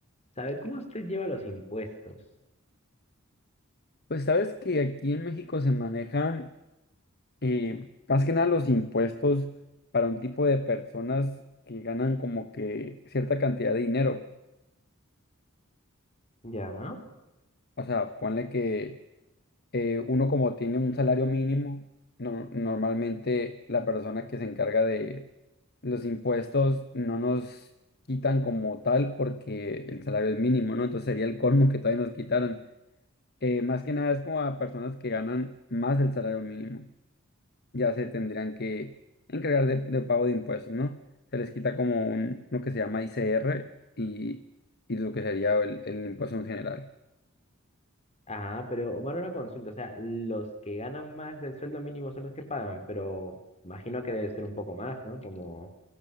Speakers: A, on the left; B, on the left.
A: ¿Sabe cómo usted lleva los impuestos?
B: Pues sabes que aquí en México se manejan eh, más que nada los impuestos para un tipo de personas que ganan como que cierta cantidad de dinero.
A: ¿Ya?
B: O sea, ponle que eh, uno como tiene un salario mínimo, no- normalmente la persona que se encarga de los impuestos no nos quitan como tal porque el salario es mínimo, ¿no? Entonces sería el colmo que todavía nos quitaran. Eh, más que nada es como a personas que ganan más del salario mínimo, ya se tendrían que encargar de, de pago de impuestos, ¿no? Se les quita como un, lo que se llama ICR y, y lo que sería el el impuesto en general.
A: Ah, pero Omar, una consulta. O sea, los que ganan más del sueldo mínimo son los que pagan, pero imagino que debe ser un poco más, ¿no? Como,